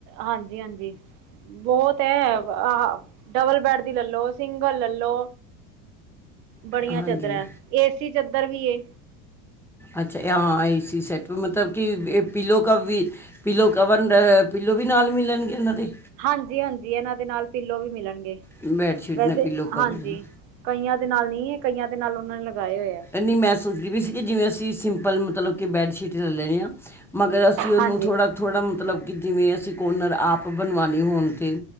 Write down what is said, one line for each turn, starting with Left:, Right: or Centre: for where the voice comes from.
Right: ਹਾਂਜੀ-ਹਾਂਜੀ। ਬਹੁਤ ਹੈ ਡਬਲ ਬੈਡ ਦੀ ਲੱਲੋ ਸਿੰਗਲ ਲੱਲੋ। ਬੜੀਆਂ
Centre: ਹਾਂਜੀ
Right: ਚੱਦਰਾਂ ਐ ਏਸੀ ਚੱਦਰ ਵੀ ਐ।
Centre: ਅੱਛਾ ਹਾਂ ਏ ਸੀ ਸੈਟ ਪ ਮਤਲਬ ਕਿ ਇਹ ਪੀਲੋ ਕਾ ਵੀ ਪਿੱਲੋ ਕਵਰ ਅ, ਪੀਲੋ ਵੀ ਨਾਲ ਮਿਲਨਗੇ ਇਨਾ ਦੇ
Right: ਹਾਂਜੀ-ਹਾਂਜੀ ਐਨਾ ਦੇ ਨਾਲ ਪੀਲੋ ਵੀ ਮਿਲਨਗੇ,
Centre: ਬੈੱਡ ਸ਼ੀਟ
Right: ਵੈਸੇ
Centre: ਨੇ ਪਿੱਲੋ ਕਵਰ
Right: ਹਾਂਜੀ।
Centre: ਵੀ
Right: ਕਈਆਂ ਦੇ ਨਾਲ ਨੀ ਐ ਕਈਆਂ ਦੇ ਨਾਲ ਓਨਾਂ ਨੇ ਲਗਾਏ ਓਏ ਐ।
Centre: ਨੀ ਮੈਂ ਸੋਚਦੀ ਵੀ ਸੀ ਕਿ ਜਿਵੇ ਅਸੀ ਸਿੰਪਲ ਮਤਲਬ ਕਿ ਬੈੱਡਸ਼ੀਟ ਲੇ ਲੈਨੀ ਆ ਮਗਰ ਅਸੀਂ ਓਨੂੰ
Right: ਹਾਂਜੀ
Centre: ਥੋੜਾ-ਥੋੜਾ ਮਤਲਬ ਕਿ ਜਿਵੇ ਅਸੀ ਕੋਨਰ ਆਪ ਬਨਵਾਨੇ ਹੋਨ ਤੇ